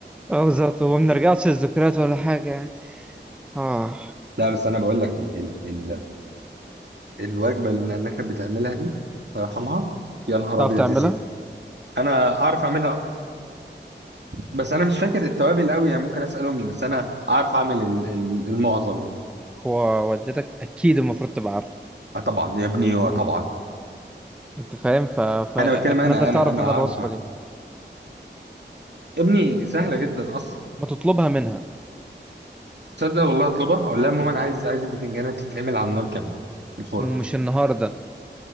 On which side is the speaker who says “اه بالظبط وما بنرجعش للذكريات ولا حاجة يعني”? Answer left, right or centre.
Centre